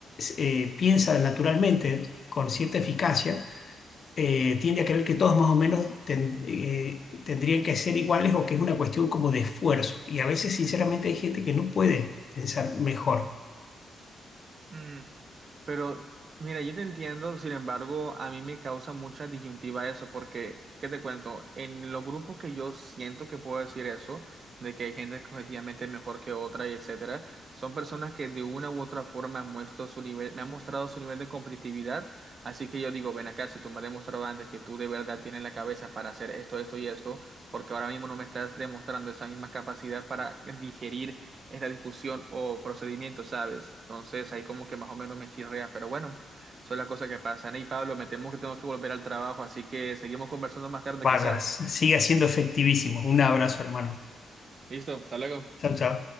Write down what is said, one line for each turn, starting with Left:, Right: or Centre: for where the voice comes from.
Left: eh, piensa naturalmente, con cierta eficacia, eh, tiende a creer que todos más o menos ten- eh, tendrían que ser iguales o que es una cuestión como de esfuerzo. Y a veces, sinceramente, hay gente que no puede pensar mejor.
Right: Mm, Pero mira, yo te entiendo, sin embargo, a mí me causa mucha disyuntiva eso, porque, ¿qué te cuento? En los grupos que yo siento que puedo decir eso, de que hay gente que objetivamente es mejor que otra y etcétera, son personas que de una u otra forma han muestro su nivel, me han mostrado su nivel de competitividad, así que yo digo, ven acá, si tú me has demostrado antes que tú de verdad tienes la cabeza para hacer esto, esto y esto, porque ahora mismo no me estás demostrando esa misma capacidad para digerir esta discusión o procedimiento, ¿sabes? Entonces ahí como que más o menos me chirrea, pero bueno, son las cosas que pasan. Y Pablo, me temo que tengo que volver al trabajo, así que seguimos conversando más tarde
Left: Vaya,
Right: quizás.
Left: s- sigue siendo efectivísimo. Un abrazo, hermano.
Right: Listo, hasta luego.
Left: Chao, chao.